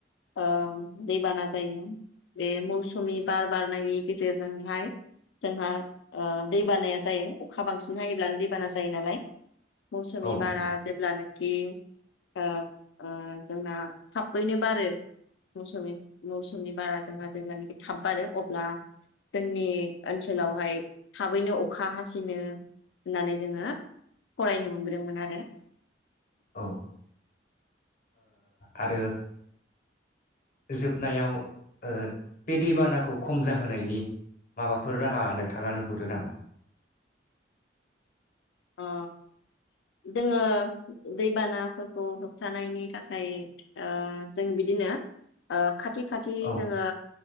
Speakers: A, on the left; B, on the left.
A: ओ दैबाना जायो बे मौसुमि बार बारनायनि गेजेरजोंहाय जोंहा दैबानाया जायो अखा बांसिन हायोब्लानो दैबाना जायो नालाय जि
B: औ
A: बारा
B: नंगौ
A: जेब्लानोकि ओ जोंना थाबैनो बारो मौस मौसुमनि बारा जोंहा जेब्लानाखि थाब बारो अब्ला जोंनि ओनसोलावहाय थाबैनो अखा हासिनो होननानै जोंङो फरायनो मोनबोदों। दोंमोनआरो
B: औ ओ आरो जोबनायाव ओ बे दैबानाखौ खम जाहोनायनि माबाफोर राहा नोंथाङा नुहुरो नामा?
A: अ जोंङो दैबानाफोरखौ होबथानायनि थाखाय ओ जों बिदिनो ओ खाथि खाथि
B: औ
A: जोंङो